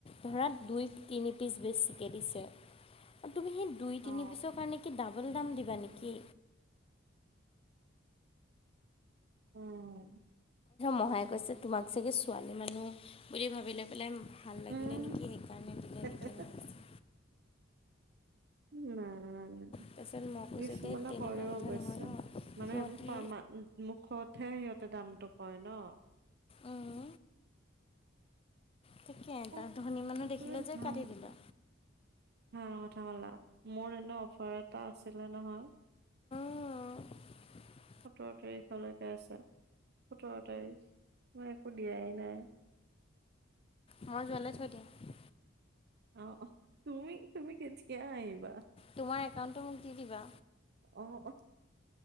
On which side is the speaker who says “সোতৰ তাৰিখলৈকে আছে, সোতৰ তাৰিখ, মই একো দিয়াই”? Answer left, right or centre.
Right